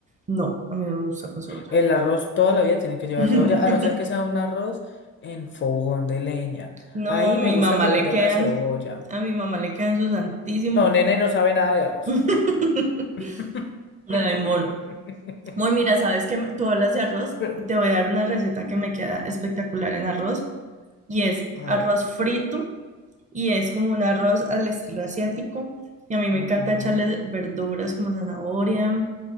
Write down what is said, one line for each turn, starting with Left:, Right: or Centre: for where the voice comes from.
Right: No, a mí no me gusta con cebolla.
Left: El arroz toda la vida tiene que llevar
Right: <laughs>
Left: cebolla, a no ser que sea un arroz en fogón de leña.
Right: No,
Left: Ahí
Right: mi
Left: me gusta
Right: mamá
Left: que
Right: le
Left: no tenga
Right: quedan,
Left: cebolla.
Right: a mi mamá le quedan su santísimo.
Left: No, nene no sabe nada de arroz.
Right: <laughs>
Left: <laughs>
Right: Le da amor. Muy, mira, sabes que tú hablas de arroz,
Left: Pe-
Right: te voy a dar una receta que me queda espectacular en arroz y es
Left: A ver.
Right: arroz frito y es como un arroz al estilo asiático y a mí
Left: ujú.
Right: me encanta echarle verduras como zanahoria,